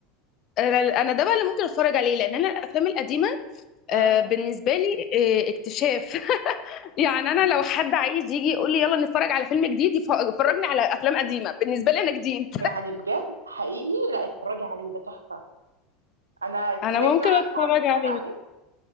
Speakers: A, on the left; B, on the right.
A: انا أنا ده بقى اللي ممكن اتفرج عليه لان انا الافلام القديمه
B: اه
A: آه، بالنسبه لي آه، اكتشاف <laughs> يعني انا لو حد عايز يجي يقول لي يلا نتفرج على فيلم جديد يف- يفرجني على افلام قديمه بالنسبه لي انا جديد
B: يعني بجد حقيقي لا اتفرجي عليه ده تحفه انا
A: انا
B: صدقني
A: ممكن
B: انا عارفه
A: اتفرج
B: عايزه اتفرج
A: عليه
B: عليه